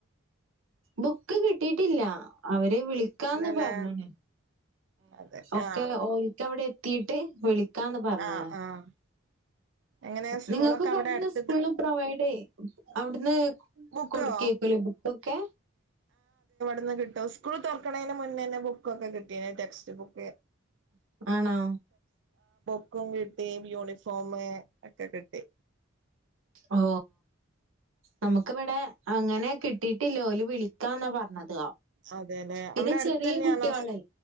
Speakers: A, on the right; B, on the right.
A: ബുക്ക് കിട്ടിട്ടില്ല അവരെ വിളിക്കാന്ന്
B: ഇല്ലല്ലേ
A: പറഞ്ഞാണ്
B: അതെ
A: ഒക്കെ
B: ആഹ്
A: ഓക്ക് അവിടെ എത്തിയിട്ട് വിളി ക്കാന്ന് പറഞ്ഞണ
B: ആഹ് ആഹ് എങ്ങനെ സ്കൂളൊക്കെ
A: നിങ്ങൾക്ക് കുന്ന
B: അവിടെ അടുത്ത്
A: സ്കൂളും പ്രൊവൈഡ് ചെയ അവിടന്ന്
B: ബുക്കോ
A: കുടുക്കുവായിരിക്കും ബുക്ക്‌ ക
B: ന്ന് കിട്ടോ സ്കൂൾ തുറക്കണന് മുന്നേന്നെ പോ ബുക്ക ഒക്കെ കിട്ടിയ ടെക്സ്റ്റ് ബുക്ക്
A: ആണോ
B: ക്കും കിട്ടി യുണിഫോം അതൊക്കെ കിട്ടി
A: ഓ നമുക്കിവിടെ അങ്ങനെ കിട്ടിയിട്ടിലോലും വിളിക്കാന്നാ പറഞ്ഞത്
B: അതെല്ലേ
A: പിന്നെ
B: അവിടെ അടുത്ത
A: ചെറിയ
B: തന്നെയണോ
A: കുട്ടികളല്ലേ